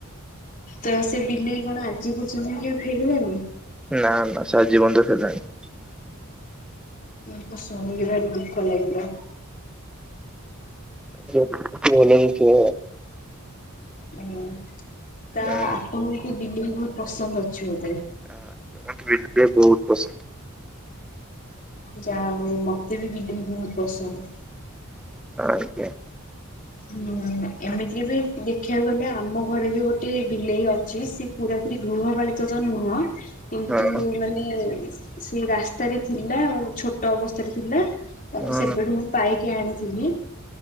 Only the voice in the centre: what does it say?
ନା ନା ସେ ଆଜି ପଯ୍ୟନ୍ତ ଫେରିଲାନି।
ଯୋ ଭଲ ନଥିବ।
ଆଉ।
ହୁଁ ମତେ ବିଲେଇ ବହୁତ ପସନ୍ଦ।
ଆଜ୍ଞା।
ହଁ।
ହଁ।